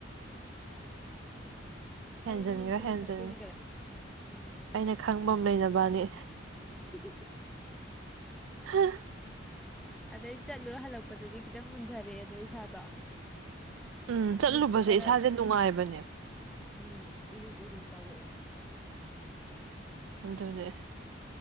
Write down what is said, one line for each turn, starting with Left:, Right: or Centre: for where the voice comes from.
Right: <inaudible>
Centre: ꯍꯩ
Right: ꯍꯦꯟꯖꯤꯟꯈꯒꯔꯥ
Centre: ꯃꯍꯤ ꯈꯔ
Right: ꯍꯦꯟꯖꯤꯟ
Centre: ꯊꯛꯆꯤꯟꯈ꯭ꯔꯦ ꯎꯝ
Right: ꯑꯩꯅ ꯈꯪꯕ ꯑꯃ ꯂꯩ ꯅꯕꯅꯤ
Centre: <unintelligible>
Right: ꯍ
Centre: ꯑꯗꯩ ꯆꯠꯂꯨꯔ ꯍꯜꯂꯛꯄꯗꯗꯤ ꯈꯤꯇꯪ ꯃꯨꯟꯗꯔꯛꯑꯦꯗꯣ ꯏꯁꯥꯗꯣ
Right: ꯎꯝ ꯆꯠꯂꯨꯕꯁꯦ
Centre: ꯃꯤꯠꯁꯦ ꯈꯔ
Right: ꯏꯁꯥꯁꯦ ꯅꯨꯡꯉꯥꯏꯕꯅꯦ
Centre: ꯎꯝ ꯎꯏꯔꯨꯝ ꯎꯏꯔꯨꯝ ꯇꯧꯔꯛꯑꯦ
Right: ꯑꯗꯨꯅꯦ